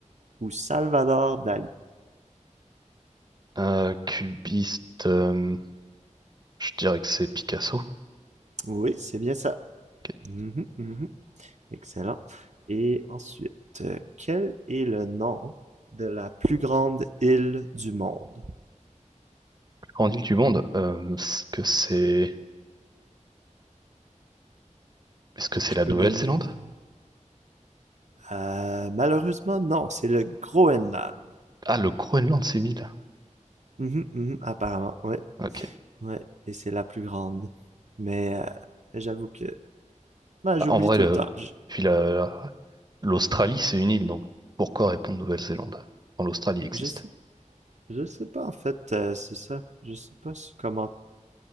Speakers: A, on the right (about 65°); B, on the right (about 30°).
A: ou Salvador Dali?
B: Euh, cubiste, euh, je dirais que c'est Picasso,
A: Oui, c'est bien ça.
B: qui est la
A: Mhm, mhm. Excellent. Et ensuite, euh, quel est le nom de la plus grande île du monde?
B: plus grande île du monde. Euh, est-ce que c'est, est-ce que c'est
A: Je
B: la
A: peux
B: Nouvelle-Zélande?
A: donner... Euh, malheureusement, non, c'est le Groenland.
B: Ah, le Groenland, c'est une île.
A: Mhm, mhm, apparemment, ouais,
B: Ok.
A: ouais. Et c'est la plus grande. Mais euh, j'avoue que... ben,
B: Bah,
A: j'oublie
B: en vrai,
A: tout
B: le,
A: le temps. Je,
B: puis la, la- l'Australie, c'est une île, donc pourquoi répondre Nouvelle-Zélande quand l'Australie existe?
A: je sais. Je sais pas en fait, euh, c'est ça. Je sais pas si- comment.